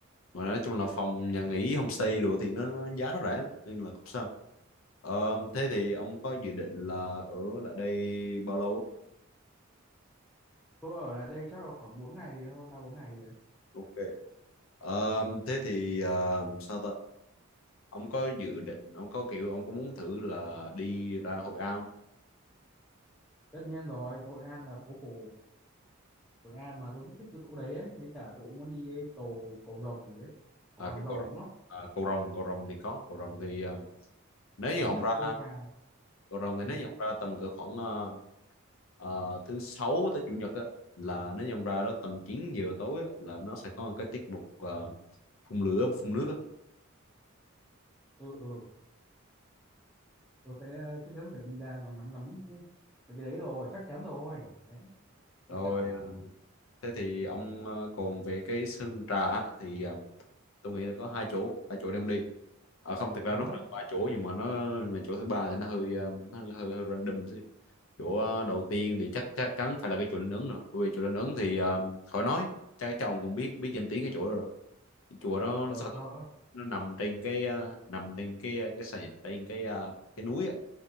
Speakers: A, on the left; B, in the centre.
A: ngoài này nói chung là phòng nhà nghỉ homestay đồ thì nó, nó giá nó rẻ lắm, nên là không sao Ờ, thế thì ông có dự định là ở lại đây bao lâu? á?
B: tôi ở lại đây chắc là khoảng bốn ngày thì thôi ba bốn ngày thì đấy
A: Ok. Ờ, thế thì ờ, sao ta? Ông có dự định, ông có kiểu, ông có muốn thử là đi ra Hội An không?
B: tất nhiên rồi Hội An là phố cổ Hội An mà tôi rất thích cái chỗ đấy ấy với cả tôi cũng muốn đi cái cầu cầu rồng gì ấy cầu
A: À,
B: Hàm
A: cái
B: Rồng
A: cầu rồng,
B: đúng không
A: à, cầu rồng, cầu rồng thì có, cầu rồng thì ờ, nếu
B: bán
A: như ông
B: đảo
A: ra
B: Sơn Trà
A: cầu rồng thì nếu
B: ừ
A: như ông ra tầm cỡ khoảng ờ, ờ, thứ sáu tới chủ nhật á là nếu như ông ra đó tầm 9 giờ tối á, là nó sẽ có một cái tiết mục ờ, phun lửa và phun nước á.
B: ừ ừ tôi sẽ chắc chắn phải đi ra ngắm ngắm ngắm mấy cái đấy rồi chắc chắn rồi đấy
A: Rồi
B: với cả
A: ờ, thế thì ông ờ, còn về cái sân trà á, thì ờ, tôi nghĩ là có hai chỗ hai chỗ đem đi à, không thực ra
B: ờ
A: nó
B: hớ,
A: cũng vài chỗ nhưng mà nó mà chỗ thứ ba thì nó hơi ờ, nó hơi, hơi random chứ chỗ ờ, đầu tiên thì chắc chắc chắn phải là cái chùa Linh Ứng rồi bởi vì chùa Linh Ứng thì ờ, khỏi nói chắc chắc ông cũng biết biết danh tiếng cái chỗ đó rồi Cái chùa nó,
B: ờ
A: nó sao ta?
B: hớ,
A: nó nằm trên cái ờ, nằm trên cái ờ, cái sàn trên cái ờ, cái núi á.